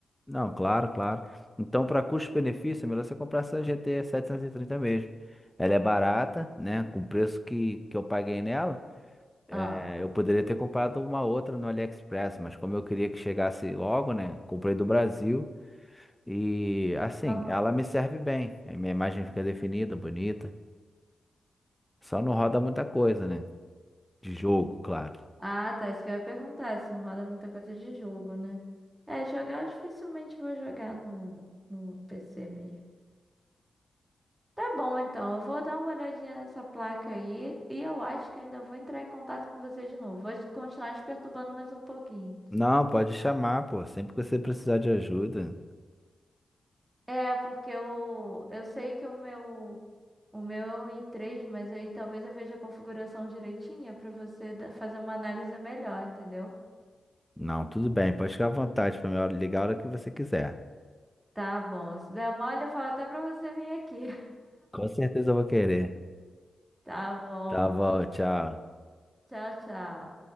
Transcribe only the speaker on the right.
Ah,
aham.
Ah, tá. Isso que eu ia perguntar, se não roda muita coisa de jogo, né? É, jogar eu dificilmente vou jogar no, no PC mesmo. Tá bom, então. Eu vou dar uma olhadinha nessa placa aí e eu acho que eu ainda vou entrar em contato com você de novo. Vou te- continuar te perturbando mais um pouquinho.
É, porque eu, eu sei que o meu o meu é um i3, mas aí talvez eu veja a configuração direitinha pra você da- fazer uma análise melhor, entendeu?
Tá bom. Se der mole, eu falo até pra você vir aqui.
Tá bom.
Tchau, tchau.